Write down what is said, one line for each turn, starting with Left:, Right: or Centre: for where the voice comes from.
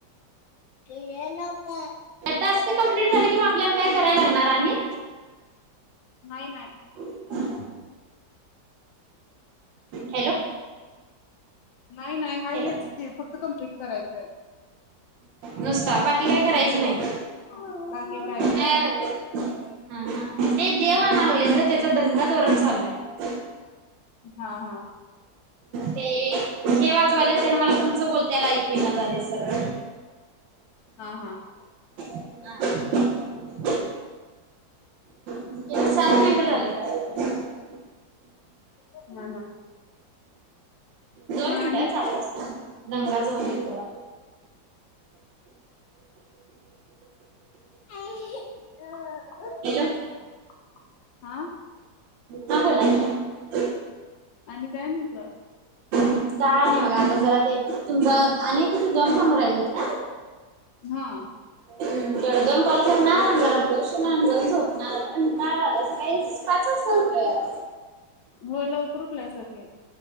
Left: गेलेल पाय
Right: टास्क कम्प्लिट झाले कि मग आपल्याला काय कराय लागणार आणि
Left: नाही नाही.
Right: <inaudible> हॅलो.
Left: नाही नाही, हाय
Right: हॅलो
Left: हेच की फक्त कंप्लीट करायचाय.
Right: नुसता बाकी काय करायचं
Left: हॅलो,
Right: नाही.
Left: बाकी काय
Right: अ
Left: नाही.
Right: हा हा ते देव आणा लागल्यात ओ तेजा दंगा जोरात चालु आहे.
Left: हा हा.
Right: ते हे वाजवाल्यात त्यान मला तुमच बोलत्याला ऐकु ईना झालय सरळ.
Left: हा हा
Right: <inaudible> किती सात <unintelligible>
Left: हा हा.
Right: दोन मिनट
Left: आणि
Right: हा चालू असुदे. दंगा जाऊन दे तेवढा.
Left: <unintelligible>
Right: हॅलो
Left: हा?
Right: हा बोला की
Left: आणि काय म्हटलं?
Right: काय नाही बघा. आता जरा ते तुमचा आणि एक किती दोन फोन राहिलेत ना?
Left: हा.
Right: हम् तेवढा दोन कॉल करणार जरा ब्लाऊज शिवणार आणि जाऊन झोपणार. आता कंटाळा आलाय सकाळी स पाच वाजता उठलोय आज.
Left: होय? लवकरच उटलायस <inaudible>